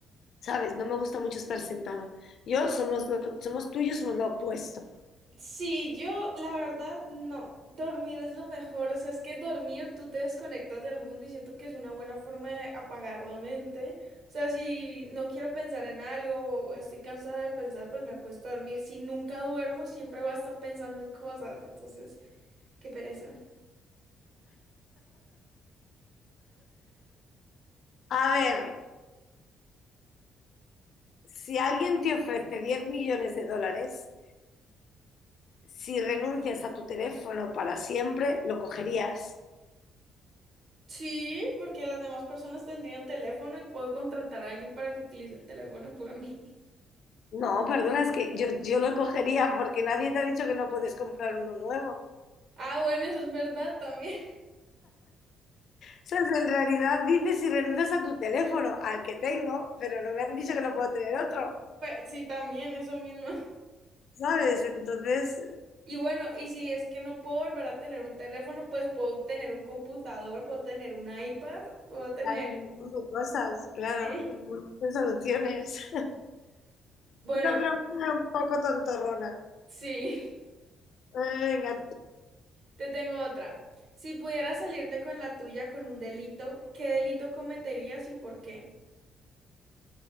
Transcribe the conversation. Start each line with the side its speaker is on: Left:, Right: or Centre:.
Left: ¿sabes? No me gusta mucho estar sentada. Yo somos, lo- somos tú y yo somos lo opuesto.
Right: Sí, yo la verdad no, dormir es lo mejor, o sea, es que dormir tú te desconectas del mundo y siento que es una buena forma de apagar la mente, o sea, si no quiero pensar en algo o estoy cansada de pensar, pues me acuesto a dormir, si nunca duermo siempre voy a estar pensando en cosas, entonces, qué pereza.
Left: A ver. si alguien te ofrece diez millones de dólares, si renuncias a tu teléfono para siempre, ¿lo cogerías?
Right: Sí, porque las demás personas tendrían teléfono y puedo contratar a alguien para que utilice el teléfono por mí. <laughs>
Left: No, perdona, es que yo, yo lo cogería porque nadie te ha dicho que no puedes comprar uno nuevo. O
Right: Ah, bueno, eso es verdad también. <laughs>
Left: sea, en realidad dices si renuncias a tu teléfono, al que tengo, pero no me han dicho que no puedo tener otro,
Right: Pues sí, también, eso mismo.
Left: ¿sabes? Entonces,
Right: Y bueno, y si es que no puedo volver a tener un teléfono, pues puedo tener un computador, puedo tener un iPad, puedo tener...
Left: hay
Right: <laughs>
Left: un montón de cosas, claro,
Right: Sí.
Left: un montón de soluciones. <laughs>
Right: Bueno,
Left: Esta pregunta es un poco tontorrona.
Right: sí.
Left: Eh, Venga,
Right: Te tengo otra. Si pudieras salirte con la tuya con un delito, ¿qué delito cometerías y por qué?